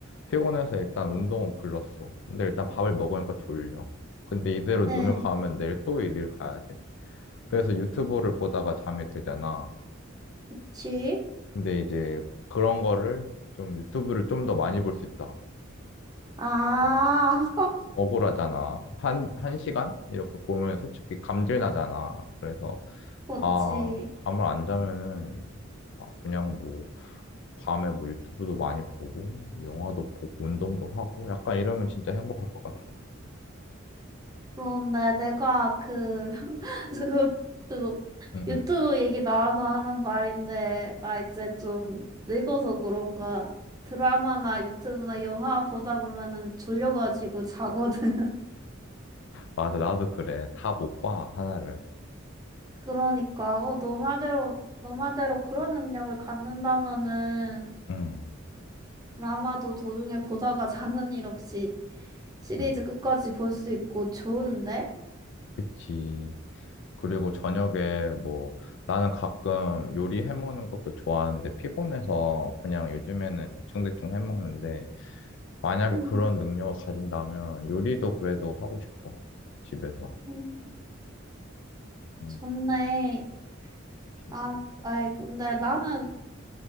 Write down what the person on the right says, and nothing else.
응.
지?
아,
<laughs>
그렇지.
그런데 내가 그, <laughs> 그거, 그거
유튜브
얘기 나와서 하는 말인데, 나 이제 좀 늙어서 그런가 드라마나 유튜브나 영화 보다 보면은 졸려가지고 자거든. <laughs>
그러니까, 어, 너 말대로, 너 말대로 그런 능력을 갖는다면은
드라마도 도중에 보다가 자는 일 없이 시리즈
끝까지 볼 수 있고 좋은데?
음,
음.
좋네.
나, 아이, 근데 나는,